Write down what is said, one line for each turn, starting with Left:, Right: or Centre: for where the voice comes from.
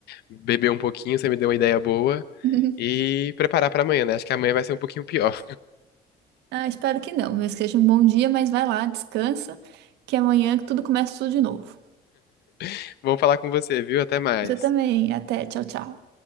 Left: Beber um pouquinho, você me deu uma ideia boa.
Right: <laughs>
Left: E preparar pra amanhã, né? Acho que amanhã vai ser um pouquinho pior.
Right: Ah, espero que não, mas que seja um bom dia, mas vai lá, descansa, que amanhã tudo começa tudo de novo.
Left: <laughs> Vou falar com você, viu? Até mais.
Right: Você também. Até, tchau, tchau.